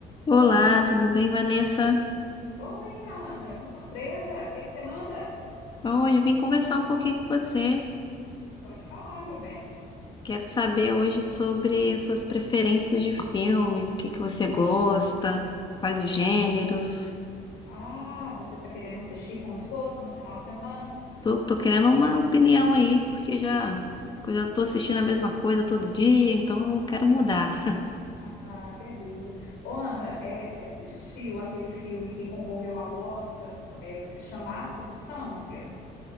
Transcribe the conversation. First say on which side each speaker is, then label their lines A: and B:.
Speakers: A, on the left; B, on the left.
A: Olá, tudo bem, Vanessa?
B: Oi, Ana, que surpresa! O que que você manda?
A: Hoje eu vim conversar um pouquinho com você.
B: Pode falar, meu bem.
A: Quero saber hoje sobre as suas preferências de filmes, o que que você gosta, quais os gêneros.
B: Ah, você está querendo assistir com o esposo no final de semana?
A: Tô, tô querendo uma opinião aí, porque já, eu já tô assistindo a mesma coisa todo dia, então eu quero mudar.
B: Ah, beleza. Ô, Ana, é, você assistiu aquele filme que concorreu ao Oscar, é, que se chama A Substância?